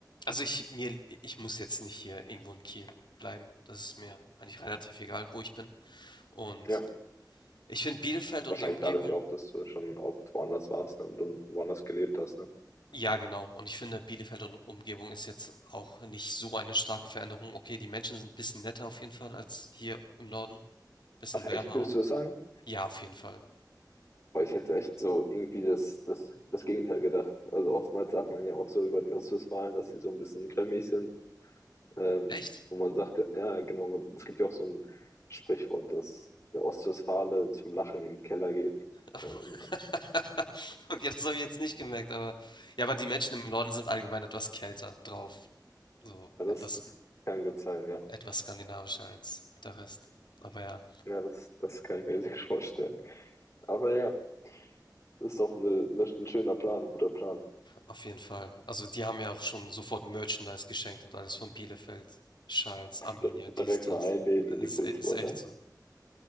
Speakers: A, on the left (about 85°); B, on the left (about 40°).
A: also ich, mir, ich muss jetzt nicht hier irgendwo in Kiel bleiben. Das ist mir eigentlich relativ egal, wo ich bin. Und
B: Ja.
A: ich finde Bielefeld
B: Wahrscheinlich
A: und die Umgebung,
B: dadurch auch, dass du schon oft woanders warst, ne, und dann woanders gelebt hast, ne?
A: ja genau. Und ich finde Bielefeld und Umgebung ist jetzt auch nicht so eine starke Veränderung. Okay, die Menschen sind ein bisschen netter auf jeden Fall als hier im Norden. Bisschen
B: Ach
A: wärmer
B: echt, würdest
A: auch.
B: du das sagen?
A: Ja, auf jeden Fall.
B: Boah, ich hätte echt so irgendwie das, das, das Gegenteil gedacht. Also oftmals sagt man ja auch so über die Ostwestfalen, dass sie so ein bisschen grimmig sind. Ähm,
A: Echt?
B: und man sagt, ja, ja, genau, man, es gibt ja auch so ein Sprichwort, dass der Ostwestfale zum Lachen in den Keller geht.
A: <laughs>
B: Ähm,
A: Okay, das habe ich jetzt nicht gemerkt, aber ja, aber die Menschen im Norden sind allgemein etwas kälter drauf. So
B: ja, das,
A: etwas,
B: das kann gut sein, ja.
A: etwas skandinavischer als der Rest. Aber ja,
B: Ja, das, das kann ich mir <laughs> sehr gut vorstellen. Aber ja, ist doch eine, eine, ein schöner Plan, ein guter Plan.
A: auf jeden Fall. Also die haben ja auch schon sofort Merchandise geschenkt und alles von Bielefeld, Schals, Arminia,
B: D-
A: dies,
B: Direkt
A: das.
B: mal einleben in
A: Ist,
B: die Kultur,
A: e- ist echt
B: ne?
A: so.